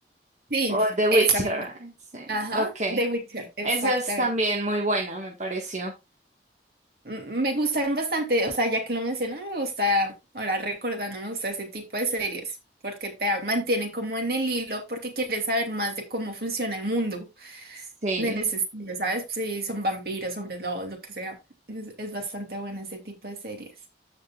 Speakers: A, on the right; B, on the right.
A: sí,
B: o The Witcher.
A: esa misma.
B: ah, Sí.
A: Ajá,
B: Ok.
A: The Witcher, exactamente.
B: Esa es también muy buena, me pareció.
A: M- Me gustan bastante, o sea, ya que lo menciono, me gusta, ahora recordando, me gusta ese tipo de series, porque te mantienen como en el hilo, porque quieres saber más de cómo funciona el mundo,
B: Sí.
A: de ese estilo, ¿sabes? Si son vampiros, hombres lobos, lo que sea. Es, es bastante bueno ese tipo de series.